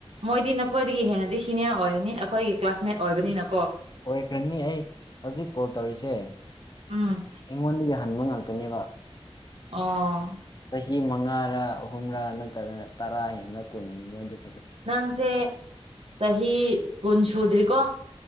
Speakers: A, on the right; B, on the left.
A: ꯃꯣꯏꯗꯤ ꯅꯈꯣꯏꯗꯒꯤ ꯍꯦꯟꯅꯗꯤ ꯁꯤꯅꯤꯌꯔ ꯑꯣꯏꯔꯅꯤ ꯑꯩꯈꯣꯏꯒꯤ ꯀ꯭ꯂꯥꯁꯃꯦꯠ ꯑꯣꯏꯕꯅꯤꯅꯀꯣ
B: ꯑꯣꯏꯒꯅꯤ ꯑꯩ ꯍꯧꯖꯤꯛ ꯀꯣꯜ ꯇꯧꯔꯤꯁꯦ
A: ꯎꯝ
B: ꯑꯩꯉꯣꯟꯗꯒꯤ ꯍꯟꯕ ꯉꯥꯛꯇꯅꯦꯕ
A: ꯑꯥ
B: ꯆꯍꯤ ꯃꯉꯥꯔꯥ ꯑꯍꯨꯝꯂꯥ ꯅꯠꯇ꯭ꯔꯒꯅ ꯇꯔꯥ ꯍꯦꯟꯕ꯭ꯔꯥ ꯀꯨꯟ ꯍꯦꯟꯕ꯭ꯔꯥ ꯑꯗꯨꯝ
A: ꯅꯪꯁꯦ ꯆꯍꯤ ꯀꯨꯟ ꯁꯨꯗ꯭ꯔꯤꯀꯣ